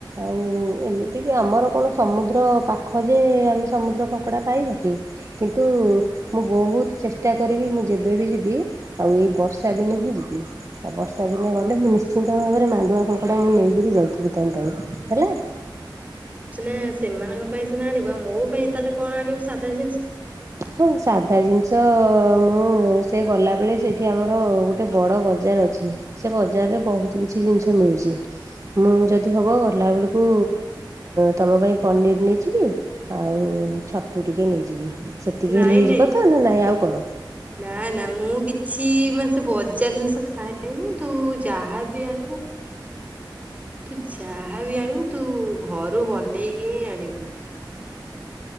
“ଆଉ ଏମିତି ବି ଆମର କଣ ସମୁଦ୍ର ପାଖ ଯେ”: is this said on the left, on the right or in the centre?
Right